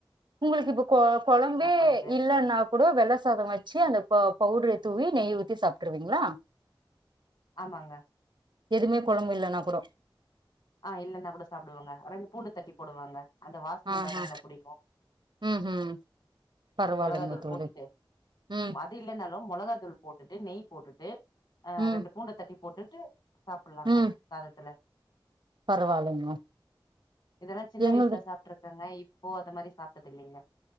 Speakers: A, on the right; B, on the left.
A: உங்களுக்கு இப்ப கு குழம்பே
B: கொழம்பு
A: இல்லைன்னா கூட வெல்ல சாதம் வச்சு அந்த பவுடரை தூவி நெய் ஊத்தி சாப்பிட்டுருவீங்களா
B: ஆமாங்க
A: எதுவுமே குழம்பு இல்லைனா கூடோ
B: ஆ இல்லைன்னா கூட சாப்டுவங்க ரெண்டு பூண்டு தட்டி போடுவங்க அந்த வாசனை
A: ஆ
B: இருந்தாதாங்க
A: ஆ
B: புடிக்கும்
A: ம் ம் பரவாயில்லைங்க
B: மொளகா தூள்
A: தோழி
B: போட்டுட்டு
A: ம்
B: அது இல்லைன்னாலும் மொளகா தூள் போட்டதுநெய் போட்டுட்டு ஆ
A: ம்
B: ரெண்டு பூண்டை தட்டி போட்டுட்டு சாப்டலாங்க
A: ம்
B: சாதத்துல
A: பரவாயில்லைங்க
B: இதெல்லாம் சின்ன
A: எங்கள்து
B: வயசுல சாப்ட்டு இருக்காங்க இப் போவாத மாதிரி சாப்ட்டது இல்லைங்க